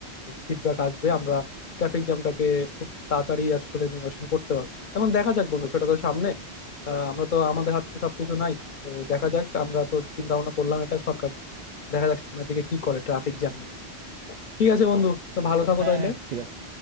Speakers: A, on the left (about 55°); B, on the right (about 55°).
A: ফিডব্যাক আসবে আমরা ট্রাফিক জ্যামটাকে খুব তাড়াতাড়ি আসলে নিরসন করতে পারবো এখন দেখা যাক বন্ধু সেটা তো সামনে আহ আমরা তো আমাদের হাতে তো সবকিছু নাই তো দেখা যাক আমরা তো চিন্তা ভাবনা করলাম এটা সরকার দেখা যাক সামনের দিকে কি করে ট্রাফিক জ্যাম নিয়ে ঠিক আছে বন্ধু তো ভালো থাকো
B: হ্যাঁ
A: তাহলে
B: হ্যাঁ ঠিক আছে